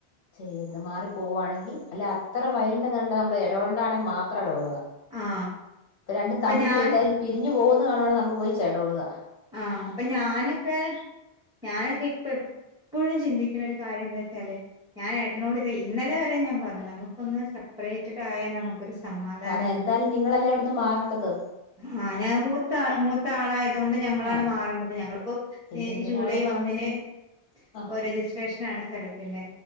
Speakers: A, on the left; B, in the centre.
A: ചെയ്യരുത് മാറി പോവാണെങ്കി അല്ല അത്ര വയലി നണ്ട് നമ്മള് ഇടപെടണ്ടാണെങ്കിൽ മാത്രം ഇടപെട
B: ആ
A: ഇ രണ്ടും
B: ഇപ്പൊ
A: തമ്മിൽ
B: ഞാന്
A: തീർത്താൽ പിരിഞ്ഞു പോകുന്ന കാണുവാണെ നമ്മൾ പോയി ചേട ഉള്ളുകാ
B: ആഹ് അപ്പൊ ഞാനൊക്കെ ഞാനൊക്കെ ഇപ്പ എപ്പോഴും ചിന്തിക്കുന്ന ഒരു കാര്യം എന്താച്ചാല് ഞാൻ ഏട്ടനോട് ഇത് ഇന്നലെ വരെ ഞാൻ പറഞ്ഞു നമുക്കൊന്ന് സെപ്രേറ്റഡ് ആയാ നമുക്കൊരു സമാധാനം
A: കാരണം എന്തായാലും
B: കിട്ടും.
A: നിങ്ങളല്ലേ അവിടുന്ന് മാറേണ്ടത്
B: ആഹ് ഞാൻ മൂത്ത മൂത്ത ആളായതുകൊ ണ്ട് ഞങ്ങളാണ്
A: ആഹ്
B: മാറേണ്ടത് ഞങ്ങളിപ്പോ
A: പിന്നെ
B: ഈ
A: എന്തിനാ
B: ജൂലൈ
A: അവിടെ
B: ഒന്നിന്
A: താമസിക്കും ആഹ്
B: ഓ രജിസ്ട്രേഷനാണ് സ്ഥലത്തിന്റെ